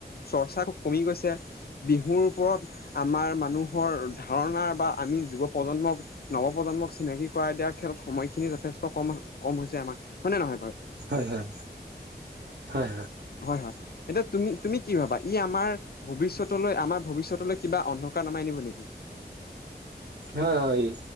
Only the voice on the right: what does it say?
হয় হয় হয়।
হয় হয়